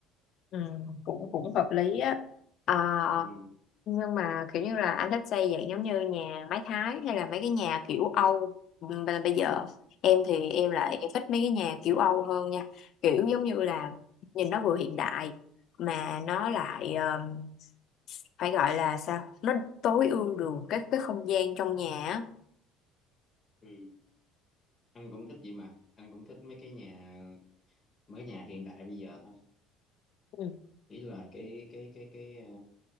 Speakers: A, on the left (about 45°); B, on the left (about 15°).
A: ừ, cũng cũng hợp lý á. À,
B: Ừ.
A: nhưng mà kiểu như là anh thích xây dạng giống như nhà mái Thái hay là mấy cái nhà kiểu Âu Ừm, b- bây giờ em thì em lại
B: Ừ.
A: thích mấy cái nhà kiểu Âu hơn nha kiểu giống như là nhìn nó vừa hiện đại mà nó lại ờm, phải gọi là sao nó tối ưu được cái cái không gian trong nhà á
B: Ừ. anh cũng thích vậy mà anh cũng thích mấy cái nhà mấy cái nhà hiện đại bây giờ thôi
A: Ừ.
B: ý là cái cái cái cái ờ,